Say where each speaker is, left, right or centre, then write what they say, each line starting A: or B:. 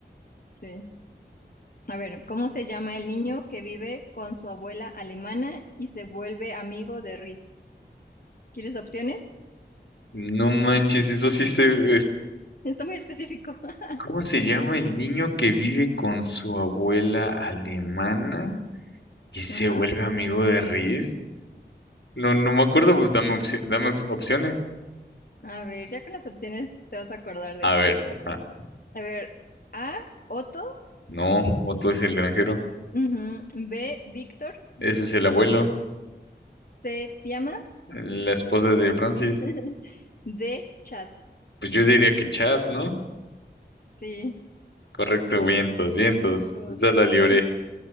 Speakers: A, on the left; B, on the left.
A: Sí. A ver, ¿cómo se llama el niño que vive con su abuela alemana y se vuelve amigo de Riz? ¿Quieres opciones?
B: No manches, eso sí se... es-
A: Está muy específico. <laughs>
B: ¿Cómo se llama el niño que vive con su abuela alemana y se
A: Ajá.
B: vuelve amigo de Riz? No, no me acuerdo, pues dame, opci- dame op- opciones.
A: A ver, ya con las opciones te vas a acordar, de
B: A
A: hecho.
B: ver, ajá.
A: A ver, A, Otto,
B: No, Otto es el granjero.
A: ujú, B, Víctor,
B: Ese es el abuelo,
A: C, Piama,
B: la esposa de Francis.
A: <laughs> D, Chad.
B: Pues yo diría que Chad, ¿no?
A: Sí,
B: Correcto, vientos, vientos.
A: correcto.
B: Esta la libré.